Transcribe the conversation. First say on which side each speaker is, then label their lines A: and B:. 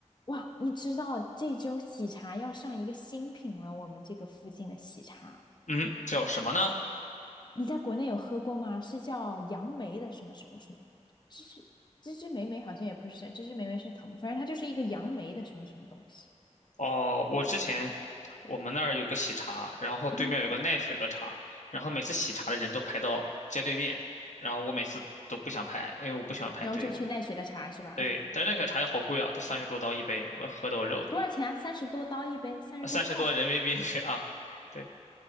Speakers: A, on the left; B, on the left.
A: 哇，你知道这周喜茶要上一个新品了，我们这个附近的喜茶，
B: 嗯，叫什么呢？
A: 你在国内有喝过吗？是叫杨梅的什么什么什么，芝芝芝芝莓莓好像也不是，芝芝莓莓是草莓，反正它就是一个杨梅的什么什么东西。
B: 哦，我之前我们那儿有个喜茶，然后对面有个奈雪的茶，
A: 嗯，
B: 然后每次喜茶的人都排到街对面，然后我每次都不想排，因为我不喜欢排队。
A: 然后就去奈雪的茶是吧？
B: 我对，但是奈雪茶也好贵啊，都三十多刀一杯，我喝的我肉疼。
A: <laughs> 多少钱啊？三十多刀一杯，三十多块。
B: 三十多人民币 <laughs> 啊，对，